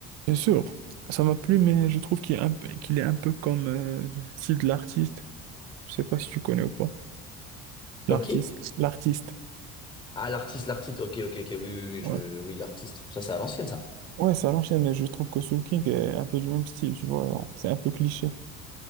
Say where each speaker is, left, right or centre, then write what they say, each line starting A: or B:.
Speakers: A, on the right; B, on the left.
A: bien sûr, ça m'a plu, mais je trouve qu'il est un peu, qu'il est un peu comme euh, le style de l'artiste. Je sais pas si tu connais ou pas.
B: Comme
A: L'artiste,
B: qui?
A: l'artiste.
B: Ah, l'artiste, l'artiste. Ok, ok, ok. Oui, oui, oui,
A: Ouais.
B: je... oui, l'artiste. Ça, c'est à l'ancienne, ça.
A: Ouais, ça l'enchaîne, mais je trouve que Soul King est un peu du même style, tu vois. genre, C'est un peu cliché.